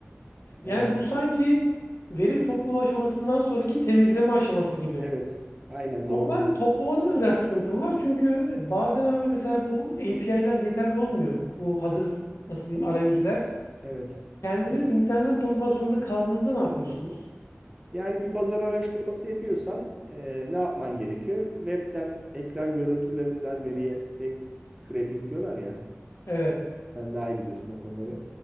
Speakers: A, on the right (about 15°); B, on the left (about 75°).
A: Yani
B: Yani bu sanki veri toplama aşamasından sonraki temizleme aşaması gibi.
A: evet, aynen
B: Ama
A: doğru.
B: ben toplamada da biraz sıkıntım var. Çünkü bazen abi mesela bu API'ler yeterli olmuyor. Bu hazır nasıl diyeyim arayüzler.
A: Evet.
B: Kendiniz internetten toplamak zorunda kaldığınızda ne yapıyorsunuz?
A: Yani bir pazar araştırması yapıyorsan eee, ne yapman gerekiyor? Web'den ekran görüntülerinden veriye web scraping diyorlar ya.
B: Evet.
A: Sen daha iyi biliyorsun o konuları.